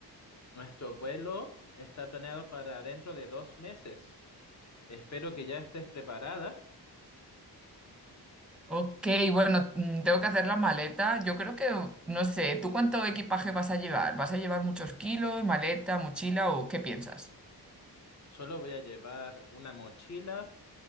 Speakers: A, on the left; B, in the centre.
A: Nuestro vuelo está planeado para dentro de dos meses. Espero que ya estés preparada.
B: Ok, bueno, mm, tengo que hacer la maleta. Yo creo que, no sé, ¿tú cuánto equipaje vas a llevar? ¿Vas a llevar muchos kilos, maleta, mochila o qué piensas?
A: Solo voy a llevar una mochila